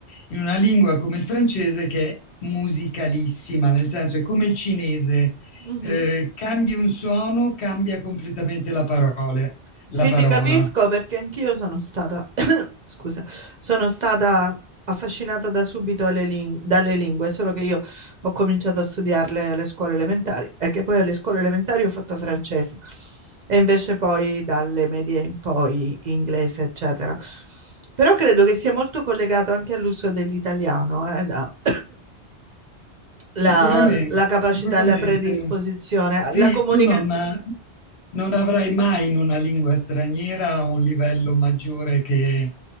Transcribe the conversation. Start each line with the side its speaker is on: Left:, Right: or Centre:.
Left: in una lingua come il francese che è musicalissima, nel senso è come il cinese,
Right: Mhm.
Left: eh, cambi un suono, cambia completamente la parole-
Right: Sì,
Left: la parola.
Right: ti capisco perché anch'io sono stata, <coughs> scusa, sono stata affascinata da subito alle lin- dalle lingue, solo che io ho cominciato a studiarle alle scuole elementari e che poi alle scuole elementari ho fatto francese e invece poi dalle medie in poi inglese, eccetera. Però credo che sia molto collegato anche all'uso dell'italiano, eh, la- <coughs> La,
Left: Sicuramente,
Right: la capacità,
Left: sicuramente.
Right: la predisposizione,
Left: Sì,
Right: la comunicazione
Left: tu non, non avrai mai in una lingua straniera un livello maggiore che